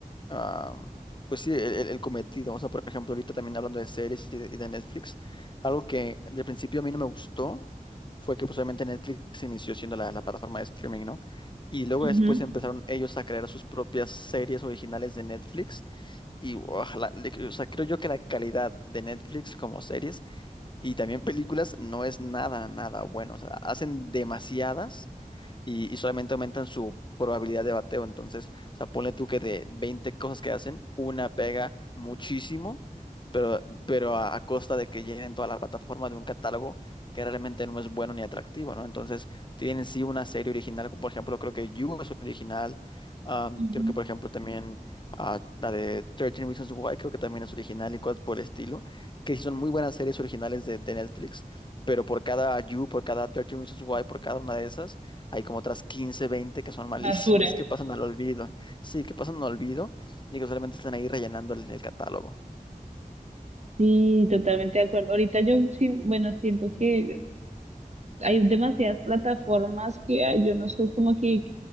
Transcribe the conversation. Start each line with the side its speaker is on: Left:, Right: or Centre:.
Left: ah, pues sí, el, el- el cometido. O sea, por ejemplo, ahorita también hablando de series y de, y de Netflix, algo que de principio a mí no me gustó fue que pues obviamente Netflix inició siendo la, la plataforma de streaming, ¿no? Y luego
Right: Ujú,
Left: después empezaron ellos a crear sus propias series originales de Netflix y ojalá, le- o sea, creo yo que la calidad de Netflix como series y también películas no es nada, nada bueno. O sea, hacen demasiadas y, y solamente aumentan su probabilidad de bateo. Entonces, o sea, ponle tú que de 20 cosas que hacen, una pega muchísimo, pero, pero a, a costa de que llenen toda la plataforma de un catálogo que realmente no es bueno ni atractivo, ¿no? Entonces, tienen sí una serie original, como por ejemplo, creo que You es original, am,
Right: ujú.
Left: creo que por ejemplo también ah, la de 13 Reasons Why, creo que también es original y cosas por el estilo, que sí son muy buenas series originales de de Netflix pero por cada You, por cada 13 Reasons Why, por cada una de esas, hay como otras 15, 20 que son malísimas,
Right: Basura.
Left: que pasan al olvido. Sí, que pasan al olvido y que solamente están ahí rellenando el, el catálogo.
Right: Sí, totalmente de acuerdo. Ahorita yo, sí, bueno, siento que hay demasiadas plataformas que hay, yo no sé, es como que